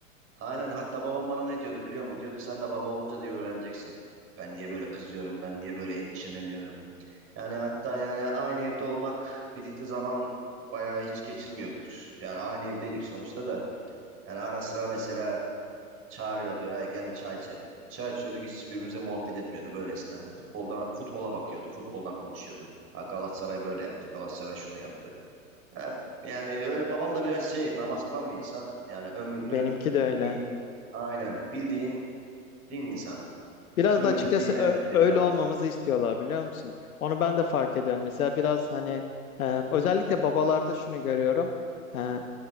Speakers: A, on the right (about 30°); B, on the left (about 75°).
A: Aynen hatta babam bana ne diyordu biliyor musun? Diyordu sen de baba olunca diye öğreneceksin. Ben niye böyle kızıyorum? Ben niye böyle endişeleniyorum? Yani hatta yani aynı evde olmak birlikte zaman bayağı hiç geçirmiyorduk. Yani aynı evdeydik sonuçta da. Yani ara sıra mesela Çağırıyordu. "Ya gel bir çay içelim. Çay içiyorduk hiçbirimizle muhabbet etmiyorduk öylesine. Futbolda, futbola bakıyordu. Futboldan konuşuyordu. Ha, Galatasaray böyle yaptı. Galatasaray şunu yaptı. Ya, yani öyle babam da biraz şey namaz kılan bir insan. Yani ömrünü
B: Benimki de öyle.
A: din aynen bildiğin din insanı.
B: Biraz
A: Ömrünü
B: da açıkçası
A: dine
B: ö-
A: şey
B: öyle
A: sarf
B: olmamızı
A: etmiş.
B: istiyorlar biliyor musun? Onu ben de fark ediyorum. Mesela biraz hani e, özellikle babalarda şunu görüyorum. E,